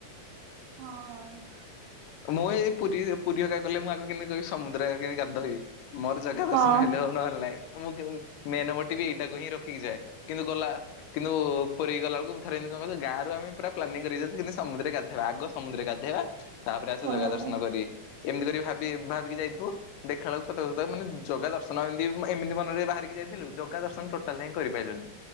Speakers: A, on the right (about 75°); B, on the left (about 85°).
A: ହଁ।
B: ମୁଁ ଏଇ ପୁରୀ ପୁରୀ ହକା ଗଲେ ମୁଁ ଆଗ କେମିତି କହିବି ସମୁଦ୍ର ଆଗ କି ଗାଧ ହେବି ମୋର ଜାଗା ଦର୍ଶନ
A: ହଁ
B: ହେଲେ ହୋଉ ଲାଇ ମୁଁ ମେନ୍‌ବଟି ବି ଏଇଟାକୁ ହିଁ ରଖିକି ଯାଏ କିନ୍ତୁ ଗଲା କିନ୍ତୁ ପୁରୀ ଗଲାବେଳକୁ ମୁଁ ଥରେ ଏମିତି କଣ କ ଗାଁରୁ ଆମେପୁରା ପ୍ଲାନିଂ କରିକି ଯାଉଛୁ। କିନ୍ତୁ ସମୁ୍ରରେ ଗାଧେବା ଆଗ ସମୁଦ୍ରରେ ଗାଧେଇବା ତାପରେ ଆସ
A: ହୁଁ।
B: ଜଗା ଦର୍ଶନ କରି। ଏମିତି କରି ଭାବି ଭାବିକି ଯାଇଥିବୁ। ଦେଖା ବେଳକୁ ସତ ସତକୁ ମାନେ ଜଗା ଦର୍ଶନ ଏମିତି ଏମିତି ମନରେ ବାହାରିକି ଯାଇଥିଲୁ ଜଗା ଦର୍ଶନ ଟୋଟାଲ୍ ହିଁ କରିପାରିଲୁନି।